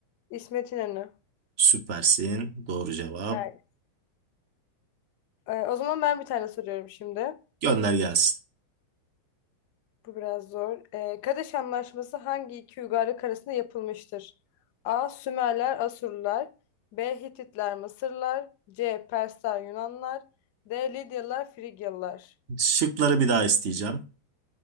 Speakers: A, on the left; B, on the right.
A: İsmet İnönü.
B: Süpersin. Doğru cevap.
A: Evet. Ee, o zaman ben bir tane soruyorum şimdi.
B: Gönder gelsin.
A: Bu biraz zor. Ee, Kadeş Anlaşması hangi iki uygarlık arasında yapılmıştır? A. Sümerler, Asurlular. B. Hititler, Mısırlar. C. Persler, Yunanlar. D. Lidyalılar, Frigyalılar.
B: Şıkları bir daha isteyeceğim.